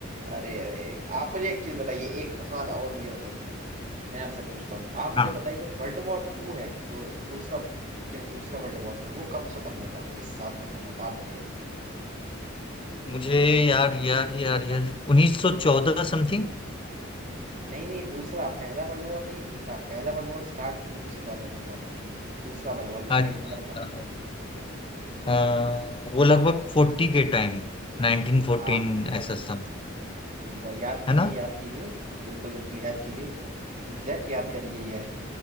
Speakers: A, on the right (about 40°); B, on the left (about 25°).
A: अरे अरे आप मुझे एक चीज बताइए एक सवाल और मुझे बताइए मैं आपसे पूछता हूँ आप मुझे
B: हाँ
A: बताइए जो वर्ल्ड वॉर टू है जो दूसरा जो दूसरा वर्ल्ड वॉर था वो कब खत्म हुआ था किस साल खत्म हुआ था आप बताइए मुझे।
B: मुझे यार यार यार यार 1914 समथिंग
A: नहीं नहीं दूसरा पहला वर्ल्ड वॉर नहीं दूसरा पहला वर्ल्ड वॉर स्टार्ट 1914 में हुआ था दूसरा वर्ल्ड वॉर जिसमें
B: अच्छा
A: हिटलर था
B: अ, वो लगभग 40 के टाइम 1914
A: हाँ बिल्कुल बिल्कुल
B: ऐसा सम
A: ब- याद कीजिए
B: है ना
A: याद कीजिए बिल्कुल बिल्कुल याद कीजिए एग्जैक्ट याद करिए यार